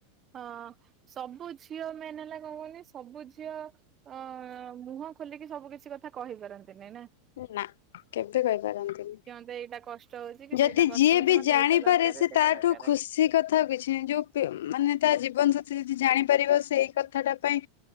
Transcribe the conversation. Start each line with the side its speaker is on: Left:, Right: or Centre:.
Right: ହଁ ସବୁ ଝିଅ ମେନ୍ ହେଲା କଣ କହୁନି ସବୁ ଝିଅ ଅ ମୁହଁ ଖୋଲିକି ସବୁ କିଛି କଥା କହିପାରନ୍ତି ନା
Left: ନା କେବେ କହିପାରନ୍ତିନି।
Right: କଣ ପାଇଁ ଏଇଟା କଷ୍ଟ ହଉଛି କି
Left: ଯଦି
Right: ସେଇଟା କଷ୍ଟ
Left: ଯିଏ
Right: ହଉଛି
Left: ବି
Right: ମତେ
Left: ଜାଣିପାରେ
Right: ଏଇଟା ଦରକାର
Left: ସେ
Right: ସେଇଟା
Left: ତାଠୁ
Right: ଦରକାର
Left: ଖୁସି କଥାଆଉ କିଛି ନାହିଁ ଯୋଉ ମାନେ ତା ଜୀବନ ସାଥି ଯଦି ଜାଣିପାରିବ ସେଇ କଥାଟା ପାଇଁ